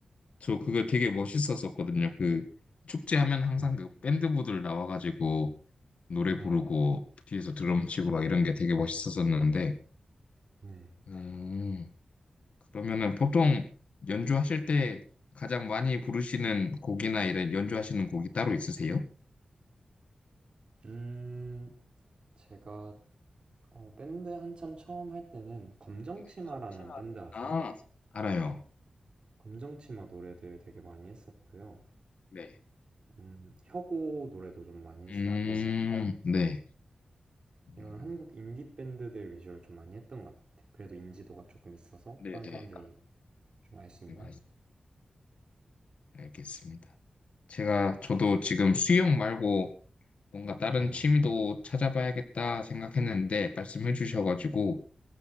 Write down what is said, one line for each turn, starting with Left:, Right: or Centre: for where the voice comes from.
Left: 저 그거 되게 멋있었었거든요. 그 축제하면 항상
Right: 네,
Left: 그 밴드부들 나와가지고 노래
Right: 네,
Left: 부르고 뒤에서 드럼 치고 막 이런 게 되게 멋있었었는데,
Right: 네.
Left: 음, 그러면은 보통 연주하실 때 가장 많이 부르시는 곡이나 이런 연주하시는 곡이 따로 있으세요?
Right: 음, 제가 어, 밴드 한참 처음 할 때는 검정치마라는
Left: 네.
Right: 밴드 아세요?
Left: 아, 알아요.
Right: 검정치마 노래들 되게 많이 했었고요.
Left: 네.
Right: 음, 혁오 노래도 좀 많이 했었고,
Left: 음, 네. 음,
Right: 이런 한국 인디 밴드들 위주로 좀 많이 했던 것 같아요. 그래도 인지도가 조금 있어서
Left: 네,
Right: 다른
Left: 네.
Right: 사람들이 좀 알 수 있는?
Left: 음, 알겠습니다. 제가 저도 지금 수영 말고 뭔가 다른
Right: 네,
Left: 취미도 찾아봐야겠다 생각했는데 말씀해 주셔가지고